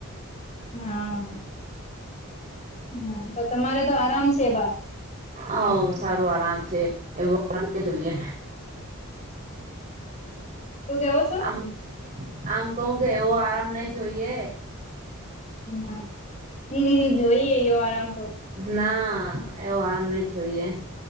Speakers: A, on the left; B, on the right.
A: હા હમ પણ તમારે તો આરામ છે બા.
B: હ સારું આરામ છે એવું આરામ ન જોઈએ.
A: શું કેવો છો
B: આમ આમ કહ કે એવો આરામ નહ જોઈએ.
A: હ નઈ નઈ ની જોઈએ એવો આરામ. તો
B: ના એવો આરામ નહ જોઈએ.